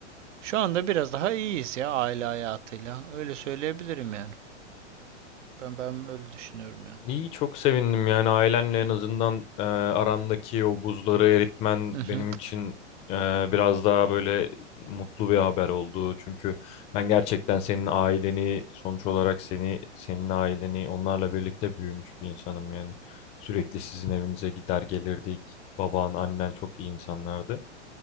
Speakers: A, on the right; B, on the left.
A: Şu anda biraz daha iyiyiz ya aile hayatıyla. Öyle söyleyebilirim yani. Ben ben öyle düşünüyorum yani.
B: İyi çok sevindim yani ailenle en azından e, arandaki o buzları eritmen
A: Hı
B: benim
A: hı.
B: için e, biraz daha böyle mutlu bir haber oldu. Çünkü ben gerçekten senin aileni sonuç olarak seni senin aileni onlarla birlikte büyümüş bir insanım yani. Sürekli sizin evinize gider gelirdik. Baban, annen çok iyi insanlardı.